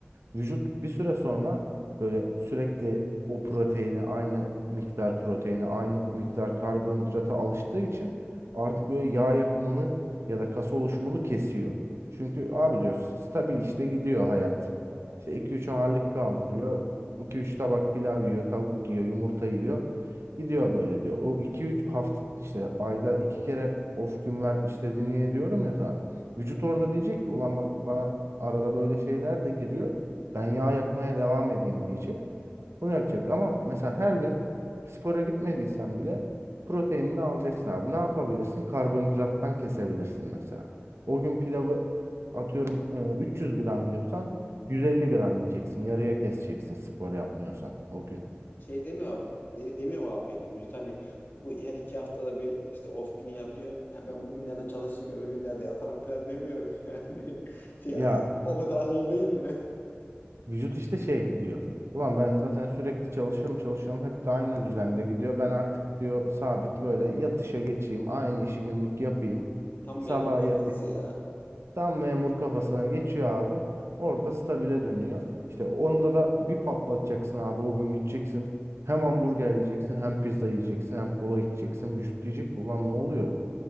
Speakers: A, on the right (about 85°); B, on the left (about 50°).
A: Vücut bir süre sonra böyle sürekli o proteine aynı miktar proteine aynı miktar karbonhidrata alıştığı için artık böyle yağ yakımını ya da kas oluşumunu kesiyor. Çünkü abi diyor stabil işte gidiyor hayat. İşte iki üç ağırlık kaldırıyor. iki üç tabak pilav yiyor, tavuk yiyor, yumurta yiyor. Gidiyor böyle diyor. O iki üç hafta işte ayda iki kere off gün ver istediğini ye diyorum ya sana. Vücut orada diyecek ki ulan bak bana arada böyle şeyler de giriyor. Ben yağ yakmaya devam edeyim diyecek. Bunu yakacak ama mesela her gün spora gitmediysen bile proteinini alacaksın abi. Ne yapabilirsin? Karbonhidrattan kesebilirsin mesela. O gün pilavı atıyorum e, 300 gram yiyorsan 150 gram yiyeceksin. Yarıya keseceksin spor yapmıyorsan o gün.
B: şey demiyor abi, demiyor mu abi peki vücut hani bu her iki haftada bir işte off günü yapıyor. Ya yani ben bugünlerde çalışayım öbür günlerde yatarım falan demiyor mu yani? <laughs> Şey,
A: Ya
B: o kadar akıllı değil mi?
A: vücut işte şey diyor. Ulan ben zaten sürekli çalışıyorum çalışıyorum hep de aynı düzende gidiyor. Ben artık diyor sabit böyle yatışa geçeyim aynı işi günlük yapayım.
B: Tam memur
A: Salağa
B: kafası
A: yatayım.
B: ya.
A: Tam memur kafasına geçiyor abi. Orada stabile dönüyor. İşte onda da bir patlatacaksın abi. O gün gideceksin. Hem hamburger yiyeceksin, hem pizza yiyeceksin, hem kola içeceksin. Vücut diyecek ki ulan ne oluyor?